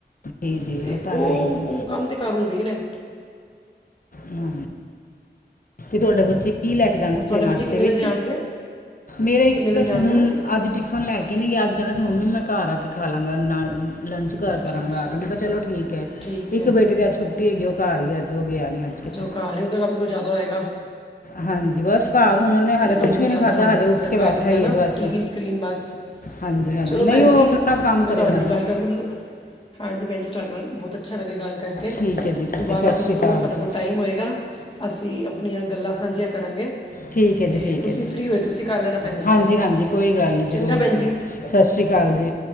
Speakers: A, on the left; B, on the left.
A: ਜੀ-ਜੀ
B: ਤੇ
A: ਇਹ ਤਾਂ
B: ਉਹ
A: ਹੈ ਹੀ ਜੀ।
B: ਉਹ ਕੰਮ ਤੇ ਘਰ ਹੁੰਦੇ ਹੀ ਨੇ
A: ਹੂੰ। ਕੀ ਤੁਹਾਡੇ ਬੱਚੇ ਕੀ ਲੈ ਕੇ ਜਾਂਦੇ
B: ਹੋਰ ਤੁਹਾਡੇ
A: ਸੀ ਨਾਸ਼ਤੇ
B: ਬੱਚੇ ਕਿੰਨੇ
A: ਵਿੱਚ?
B: ਵਜੇ ਆਣਗੇ
A: ਮੇਰਾ ਇੱਕ
B: ਕਿੰਨੇ ਵਜੇ
A: ਤਾਂ
B: ਆਣਗੇ
A: ਅੱਜ ਟਿਫਨ ਲੈ ਕੇ ਨਹੀਂ ਗਿਆ, ਅੱਜ ਕਹਿੰਦਾ ਸੀ ਮੰਮੀ ਮੈਂ ਘਰ ਆ ਕੇ ਖਾ ਲਵਾਂਗਾ ਨਾਲ ਲੰਚ ਘਰ
B: ਅੱਛਾ
A: ਕਰਾਂਗਾ
B: ਅੱਛਾ
A: ਆ ਕੇ, ਮੈਂ ਕਿਹਾ ਚਲੋ ਠੀਕ ਐ,
B: ਠੀਕ
A: ਇੱਕ
B: ਹੈ
A: ਬੇਟੇ ਦੀ ਅੱਜ ਛੁੱਟੀ ਹੈਗੀ, ਉਹ ਘਰ ਹੀ ਅੱਜ, ਉਹ ਗਿਆ ਨਹੀਂ ਅੱਜ। ਕਿਤੇ
B: ਅੱਛਾ, ਓ ਘਰ ਹੀ ਓਦਾ ਕੰਮ ਤੇ ਫਿਰ ਜ਼ਿਆਦਾ ਹੋਏਗਾ।
A: ਹਾਂਜੀ, ਬਸ ਘਰ ਹੁਣ ਉਹਨੇ ਹਾਲੇ
B: ਉਹਦਾ
A: ਕੁਛ
B: ਕੰਮ ਸਗੋਂ
A: ਵੀ
B: ਜ਼ਿਆਦਾ
A: ਨਹੀਂ ਖਾਧਾ,
B: ਹੋਣਾ
A: ਹਾਲੇ
B: ਹੈ
A: ਉੱਠ
B: ਜਿਹੜਾ
A: ਕੇ ਬੈਠਾ
B: ਘਰ ਹੁੰਦਾ
A: ਹੀ
B: ਨਾ
A: ਐ ਬਸ।
B: ਟੀਵੀ ਸਕਰੀਨ ਬਸ
A: ਹਾਂਜੀ-ਹਾਂਜੀ।
B: ਚਲੋ
A: ਨਹੀਂ
B: ਭੈਣ
A: ਉਹ
B: ਜੀ
A: ਆਪਣਾ ਕੰਮ ਕਰੇਗਾ
B: ਮੈਂ ਤੁਹਾਡੇ ਨਾਲ
A: ਜਾਂ
B: ਗੱਲ ਕਰਕੇ ਮੈਨੂੰ ਹਾਂਜੀ ਭੈਣ ਜੀ, ਤੁਹਾਡੇ ਨਾਲ ਬਹੁਤ ਅੱਛਾ ਲੱਗਿਆ ਗੱਲ ਕਰਕੇ,
A: ਠੀਕ ਹੈ ਜੀ ਠੀਕ
B: ਦੁਬਾਰਾ
A: ਹੈ ਸਤਿ
B: ਵੀ
A: ਸ਼੍ਰੀ
B: ਜਦੋਂ
A: ਅਕਾਲ
B: ਤੁਹਾਡੇ
A: ਜੀ
B: ਕੋਲ ਟਾਈਮ ਹੋਏਗਾ, ਅਸੀਂ ਆਪਣੀਆਂ ਗੱਲਾਂ ਸਾਂਝੀਆਂ ਕਰਾਂਗੇ।
A: ਠੀਕ ਏ ਜੀ,
B: ਤੇ
A: ਠੀਕ
B: ਤੁਸੀਂ
A: ਏ ਜੀ।
B: ਫ੍ਰੀ ਹੋਏ ਤੁਸੀਂ ਕਰ ਲੈਣਾ ਭੈਣ ਜੀ
A: ਹਾਂਜੀ-ਹਾਂਜੀ
B: ਫੋਨ
A: ਕੋਈ ਗੱਲ ਨਹੀਂ ਜ਼ਰੂਰ
B: ਚੰਗਾ ਭੈਣ
A: ਜੀ। ਸਸ਼ ਸ਼੍ਰੀ ਕਾਲ ਜੀ।